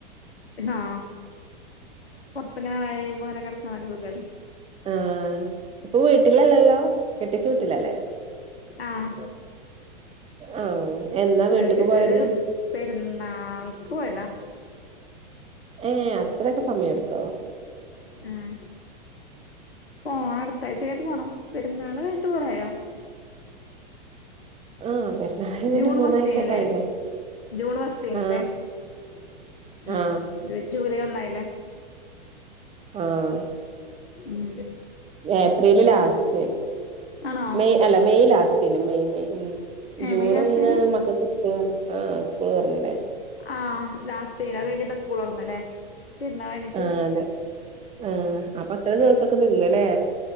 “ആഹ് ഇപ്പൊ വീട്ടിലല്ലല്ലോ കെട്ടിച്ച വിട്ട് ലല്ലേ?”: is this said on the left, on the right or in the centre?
Right